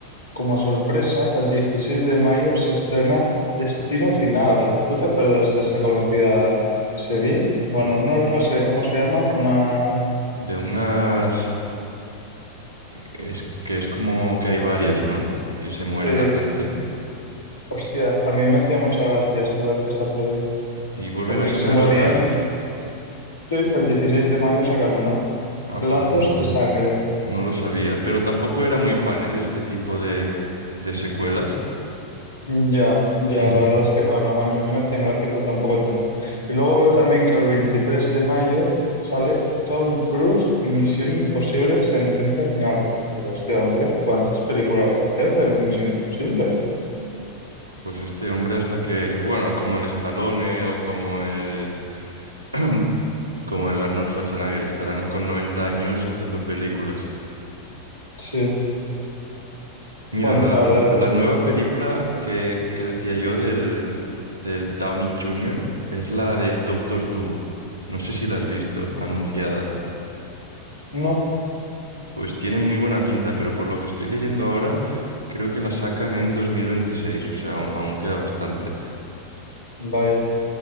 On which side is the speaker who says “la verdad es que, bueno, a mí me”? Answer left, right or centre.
Left